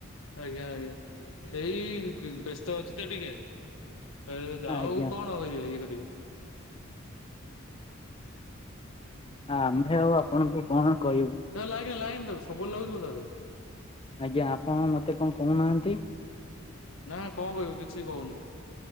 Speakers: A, on the left; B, on the left.
A: ଆଜ୍ଞା ଆଜ୍ଞା ଏଇ ଗି ବ୍ୟସ୍ତ ଅଛି ତ ଟିକେ। ଏ ଯାହୋଉ
B: ଆଜ୍ଞା
A: କଣ କରିବେ ଇଏ କରିବେ।
B: ଆମ୍ଭେ ଆଉ ଆପଣଙ୍କୁ କଣ କହିବୁ।
A: ତାକୁ ଲାଗେନା ଲାଗେନା ତାକୁ ସବୁ ବେଲେ ଲାଗୁଚୁ ତା ଦେହେ।
B: ଆଜ୍ଞା ଆପଣ ମତେ କଣ କୋହୁନାହାନ୍ତି।
A: ନା କଣ କହିବୁ କିଛି କହୁନୁ।